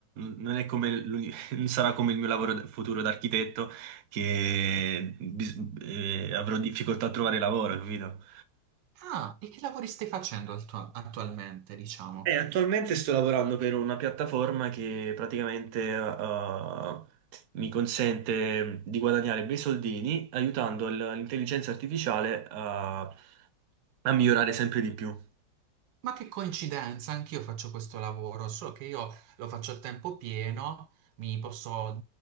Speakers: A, on the right; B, on the right.
A: non è come l'uni- <laughs> non sarà come il mio lavoro da- futuro da architetto che bis- eh, avrò difficoltà a trovare lavoro, capito?
B: Ah, e che lavori stai facendo attu- attualmente, diciamo?
A: Eh, attualmente sto lavorando per una piattaforma che praticamente eh, mi consente di guadagnare bei soldini aiutando l- l'intelligenza artificiale a, a migliorare sempre di più.
B: Ma che coincidenza, anch'io faccio questo lavoro, solo che io lo faccio a tempo pieno, mi posso,